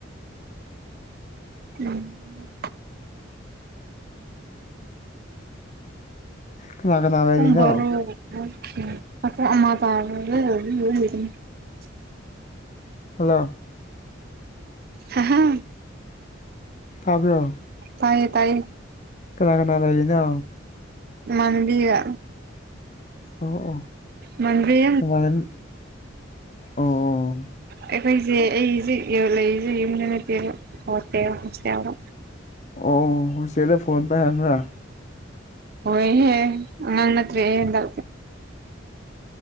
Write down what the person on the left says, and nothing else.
ꯀꯅꯥ ꯀꯅꯥ
ꯂꯩꯔꯤꯅꯣ ꯍꯜꯂꯣ
ꯇꯥꯕ꯭ꯔꯣ
ꯀꯅꯥ ꯀꯅꯥ ꯂꯩꯔꯤꯅꯣ
ꯑꯣ ꯑꯣ
ꯅꯃꯥꯟꯅꯕꯤ ꯑꯣ ꯑꯣ
ꯑꯣ ꯍꯣꯁꯇꯦꯜꯗ ꯐꯣꯟ ꯄꯥꯏꯍꯟꯕꯔꯥ